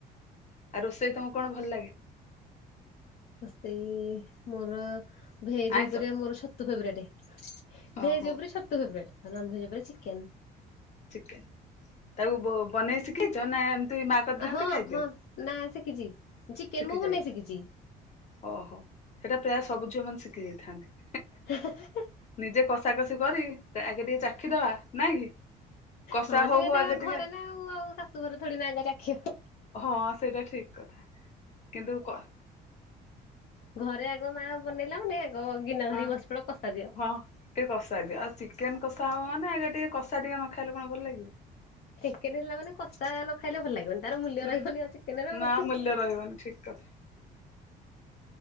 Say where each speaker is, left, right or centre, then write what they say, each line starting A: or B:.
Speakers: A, on the left (about 45°); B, on the left (about 70°).
A: ଆଉ ରୋଷେଇ ତମକୁ କଣ ଭଲ ଲାଗେ?
B: ତ ସେଇ ମୋର ଭେଜ୍
A: ଆଇଁଷ
B: ଉପରେ ମୋର ଛତୁ ଫେବେରେଟ୍।
A: ଓହୋ
B: ଭେଜ୍ ଉପରେ ଛତୁ ଫେବେରେଟ୍ ଆଉ ନନ୍ ଭେଜ୍ ଉପରେ ଚିକେନ୍।
A: ଚିକେନ୍ ତାକୁ ବନେଇ ଶିଖେଇଚ ନା ମା କରିଦିଅନ୍ତି
B: ହଁ
A: ଖାଇଦିଅ
B: ହଁ ନା ଶିଖିଚି ଚିକେନ୍
A: ଶିଖି
B: ମୁଁ
A: ଯାଇଛି
B: ବନେଇ ଶିଖିଚି।
A: ଓହୋ ସେଇଟା ପ୍ରାୟ ସବୁ ଝିଅ ମାନେ ଶିଖି ଯାଇଥାନ୍ତି।
B: ହେଁ ହେଁ ହେଁ।
A: ନିଜେ କଷାକଷି କରି ଆଗେ ଟିକେ ଚାଖିଦବା ନାଇଁ କି? କଷା
B: ହଁ
A: ହଉ
B: ଯେ ଏଟା
A: ହଉ ଆଗେ ଟିକେ
B: ଘରେ ନା ଆଉ ଆଉ ଶାଶୁ ଘରେ ଥୋଡିନା ଆଗେ ଚାଖି ହବ।
A: ହଁ ସେଇଟା ଠିକ୍ କଥା କିନ୍ତୁ କ
B: ଘରେ ଆଗ ମା ବନେଇଲା ମୁ ନିଏ ଆଗ ଗିନା ଧରିକି
A: ଆଁ
B: ବସିପଡ କଷା ଦିଅ।
A: ହଁ। ଟିକେ କଷା ଦିଅ ଆଉ ଚିକେନ୍ କଷା ହବ ମାନେ ଆଗେ ଟିକେ କଷା ଟିକେ ନ ଖାଇଲେ କଣ ଭଲ ଲାଗିବ।
B: ଚିକେନ୍ ହେଲା ମାନେ କଷା ନ ଖାଇଲେ ଭଲ ଲାଗିବନି ତାର ମୂଲ୍ୟ
A: ହୁଁ
B: ରହିବନି ଆଉ ଚିକେନ୍ ର
A: ନା
B: ହୁଁ।
A: ମୂଲ୍ୟ ରହିବନି ଠିକ୍ କଥା।